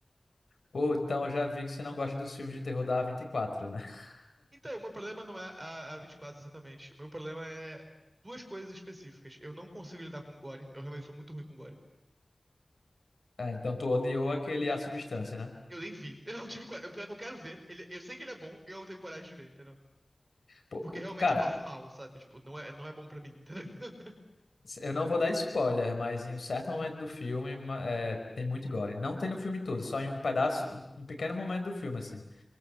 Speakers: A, on the left; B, on the right.
A: Pô, então eu já vi que você não gosta dos filmes de terror da a vinte e quatro, né? <laughs>
B: Então, o meu problema não é a, a 24 exatamente. O meu problema é duas coisas específicas. Eu não consigo lidar com gore, eu realmente sou muito ruim com gore.
A: É, então tu odiou aquele A Substância, né?
B: Eu nem vi. Eu não tive coragem. Eu, eu quero ver. Ele, eu sei que ele é bom, eu não tenho coragem de ver, entendeu?
A: Pô,
B: Porque
A: o-
B: realmente
A: cara,
B: eu passo mal, sabe? Tipo, não é, não é bom pra mim, entendeu? <laughs>
A: eu não vou dar spoiler, mas em um certo momento do filme ma- é, tem muito gore. Não tem no filme todo, só em um pedaço, um, um pequeno momento do filme, assim.